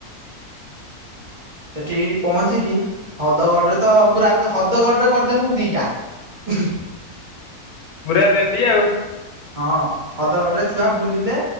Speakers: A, on the right (about 40°); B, on the left (about 80°).
A: <unintelligible> ସେଠି ପହଞ୍ଚିକି ହଦଗଡରେ ତ ପୁରା ପ ହଦଗଡରେ କରିଦେନୁ ଦିଟା। ହୁଁ।
B: ପୁରା ରେଡ଼ି ଆଉ।
A: ହଁ ହଦଗଡରେ ଛୁଆ ବୁଲିଲେ।